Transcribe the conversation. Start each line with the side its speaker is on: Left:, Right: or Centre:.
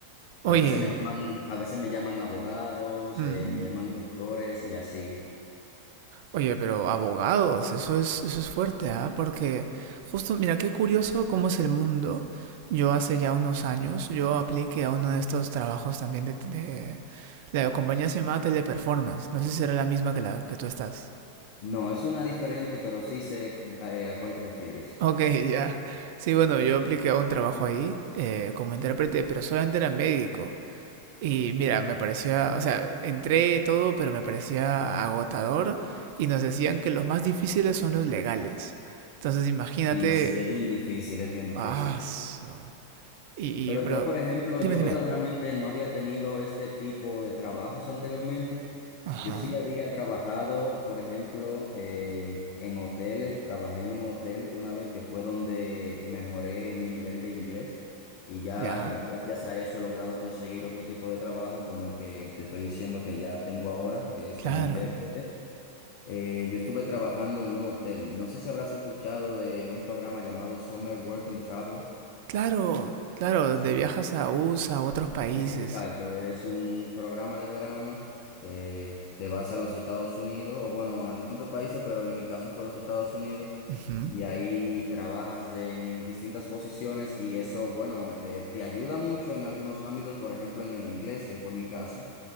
Left: A
Right: Oye,
Left: veces me llaman, a veces me llaman abogados,
Right: mm,
Left: eh, me llaman doctores y así.
Right: Oye, pero abogados, eso es, eso es fuerte, ¿ah? Porque justo, mira, qué curioso cómo es el mundo. Yo hace ya unos años, yo apliqué a uno de estos trabajos también de, de- la compañía se llamaba Teleperformance. No sé si era la misma que la que tú estás.
Left: No, es una diferente, pero sí sé, eh, a cuál te refieres.
Right: Ok, ya. Sí, bueno, yo apliqué a un trabajo ahí eh, como intérprete, pero solamente era médico. Y mira, me parecía, o sea, entré todo, pero me parecía agotador y nos decían que los más difíciles son los legales. Entonces, imagínate,
Left: y sí, es bien difícil, es bien difícil.
Right: ah, su- y,
Left: Pero
Right: y, bro,
Left: yo, por ejemplo,
Right: dime,
Left: yo
Right: dime.
Left: verdaderamente no había tenido este tipo de trabajos anteriormente.
Right: Ajá,
Left: Yo sí había trabajado, por ejemplo, eh, en hoteles. Trabajé en un hotel una vez que fue donde mejoré mi nivel de inglés y ya
Right: ya,
Left: gracias a eso he logrado conseguir otro tipo de trabajo como el que te estoy diciendo que ya tengo ahora, que es
Right: claro,
Left: como intérprete. Eh, yo estuve trabajando en un hotel. No sé si habrás escuchado de un programa llamado Summer Work and Travel.
Right: claro, claro, donde
Left: Sí,
Right: viajas a USA, a a otros países.
Left: exacto. Es un programa de verano. eh, te vas a los Estados Unidos, o bueno, a distintos países, pero en mi caso fue a los Estados Unidos.
Right: Ujú,
Left: Y ahí trabajas de- en distintas posiciones y eso, bueno, eh, te ayuda mucho en algunos ámbitos, por ejemplo, en el inglés, que fue mi caso.